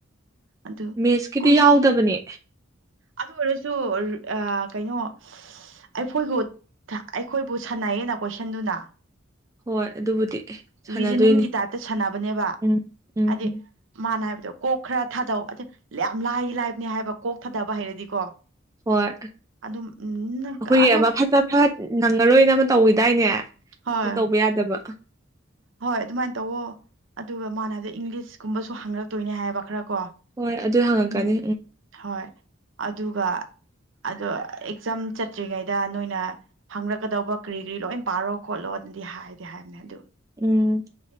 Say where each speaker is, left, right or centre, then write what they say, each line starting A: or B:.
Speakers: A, on the right; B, on the right.
A: ꯑꯗꯨ
B: ꯃꯤꯦꯠꯁꯀꯤꯗꯤ
A: ꯀꯨꯝꯁꯤ
B: ꯌꯥꯎꯗꯕꯅꯦ
A: ꯑꯗꯨ ꯑꯣꯏꯔꯁꯨ ꯀꯩꯅꯣ ꯑꯩꯈꯣꯏꯕꯨ ꯑꯩꯈꯣꯏꯕꯨ ꯁꯥꯟꯅꯩꯌꯦꯅ ꯀꯣꯏꯁꯟꯗꯨꯅ
B: ꯍꯣꯏ ꯑꯗꯨꯕꯨꯗꯤ ꯁꯥꯟꯅꯗꯣꯏꯅꯤ
A: ꯔꯤꯖꯅꯤꯡꯒꯤ ꯇꯥꯏꯞꯇ ꯁꯥꯟꯅꯕꯅꯦꯕ
B: ꯎꯝ ꯎꯝ
A: ꯍꯥꯏꯗꯤ
B: ꯎꯝ
A: ꯃꯥꯅ ꯍꯥꯏꯕ ꯑꯣ ꯀꯣꯛ ꯈꯔ ꯊꯥꯗꯧ ꯑꯗ ꯌꯥꯝ ꯂꯥꯏꯒꯤ ꯂꯥꯏꯕꯅꯦ ꯍꯥꯏꯕ ꯀꯣꯛ ꯊꯥꯗꯕ ꯍꯩꯔꯗꯤꯀꯣ
B: ꯍꯣꯏ
A: ꯑꯗꯨꯝ ꯎꯝ
B: ꯑꯩꯈꯣꯏꯒꯤ
A: ꯑꯗꯨ
B: ꯑꯃ ꯐꯖ ꯐ ꯅꯪꯉꯔꯣꯏꯅ ꯑꯃ ꯇꯧꯋꯤꯗꯥꯏꯅꯦ
A: ꯍꯣꯏ
B: ꯑꯗꯨ ꯇꯧꯕ ꯌꯥꯗꯕ
A: ꯍꯣꯏ ꯑꯗꯨꯃꯥꯏꯅ ꯇꯧꯋꯣ ꯑꯗꯨꯒ ꯃꯥꯥꯟꯅꯗ ꯏꯪꯂꯤꯁꯀꯨꯝꯕꯁꯨ ꯍꯥꯡꯂꯛꯇꯣꯏꯅꯦ ꯍꯥꯏꯕ ꯈꯔ ꯀꯣ
B: ꯍꯣꯏ ꯑꯗꯨ ꯍꯪꯉꯛꯀꯅꯤ
A: ꯎꯝ ꯍꯣꯏ ꯑꯗꯨꯒ ꯑꯗꯣ ꯑꯦꯛꯖꯥꯝ ꯆꯠꯇ꯭ꯔꯤꯉꯩꯗ ꯅꯣꯏꯅ ꯍꯪꯪꯂꯛꯀꯗꯧꯕ ꯀꯔꯤ ꯀꯔꯤ ꯂꯣꯏ ꯄꯥꯔꯣ ꯈꯣꯠꯂꯣ ꯝꯗꯤ ꯍꯥꯏꯗꯤ ꯍꯥꯏꯔꯝꯃꯦ ꯑꯗꯨ
B: ꯎꯝ